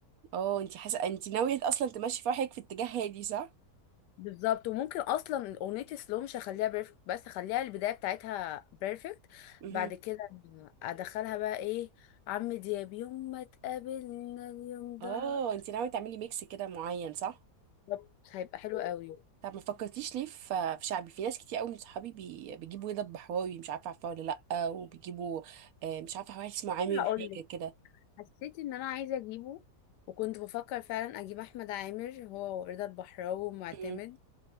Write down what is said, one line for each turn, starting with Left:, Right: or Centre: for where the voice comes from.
Right: اه انتي حاسة انتي ناوية أصلا تمشي فرحك في اتجاه هادي صح؟
Left: بالظبط وممكن أصلا أغنية سلو مش هخليها بيرفكت بس هخليها البداية بتاعتها بيرفكت
Right: امم
Left: بعد كده أدخلها بقى إيه عمرو دياب يوم ما تقابلنا اليوم ده
Right: اه انتي ناوية تعملي ميكس كده معين صح؟
Left: بالظبط، هيبقى حلو قوي
Right: طب ما فكرتيش ليه في في شعبي في ناس كتير قوي من صحابي بي... بيجيبوا رضا البحراوي مش عارفة عارفاه ولا لأ وبيجيبوا آه، مش عارفة واحد اسمه عامر
Left: هقولك
Right: حاجة كده
Left: حسيت ان انا عايزه اجيبه وكنت بفكر فعلا اجيب احمد عامر هو ورضا البحراوي ومعتمد
Right: امم